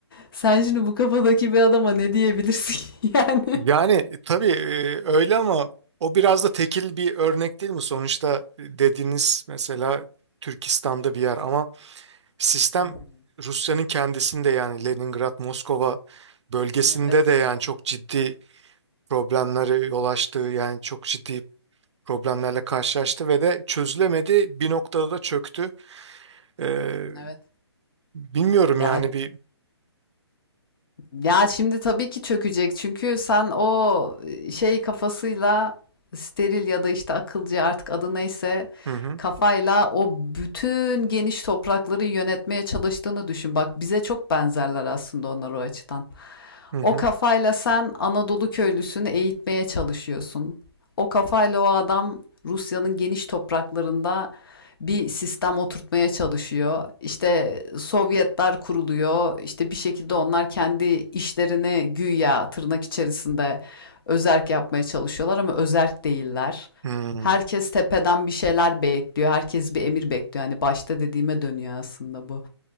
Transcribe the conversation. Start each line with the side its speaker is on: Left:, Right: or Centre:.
Left: Sen şimdi bu kafadaki bir adama ne diyebilirsin <laughs> yani?
Right: Yani tabii eee, öyle ama o biraz da tekil bir örnek değil mi? Sonuçta dediğiniz mesela Türkistan'da bir yer ama sistem
Left: Hı hı.
Right: Rusya'nın kendisinde yani Leningrad, Moskova bölgesinde
Left: Evet.
Right: de yani çok ciddi problemleri yol açtı. Yani çok ciddi problemlerle karşılaştı ve de çözülemedi. Bir noktada da çöktü. Ee,
Left: Evet.
Right: bilmiyorum
Left: Ya
Right: yani bir
Left: Ya şimdi tabii ki çökecek çünkü sen o e, şey kafasıyla steril ya da işte akılcı artık adı neyse
Right: hı hı
Left: kafayla o bütün geniş toprakları yönetmeye çalıştığını düşün. Bak bize çok benzerler aslında onlar o açıdan.
Right: hı hı
Left: O kafayla sen Anadolu köylüsünü eğitmeye çalışıyorsun. O kafayla o adam Rusya'nın geniş topraklarında bir sistem oturtmaya çalışıyor. İşte Sovyetler kuruluyor. İşte bir şekilde onlar kendi işlerini güya tırnak içerisinde özerk yapmaya çalışıyorlar ama özerk değiller.
Right: hı
Left: Herkes tepeden bir şeyler bekliyor. Herkes bir emir bekliyor. Hani başta dediğime dönüyor aslında bu.